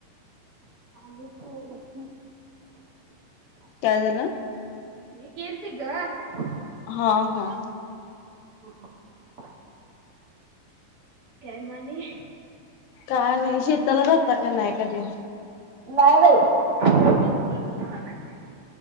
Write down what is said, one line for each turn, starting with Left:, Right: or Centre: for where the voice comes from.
Right: आ
Left: काय झालं?
Right: न केेनतीघ <unintelligible>
Left: हा, हा,
Right: हम् ह <unintelligible> केळमाणे <unintelligible>
Left: का नाही शेताला जाता का नाही कधी?
Right: नाही बाई माझं बाळ लहान हाय.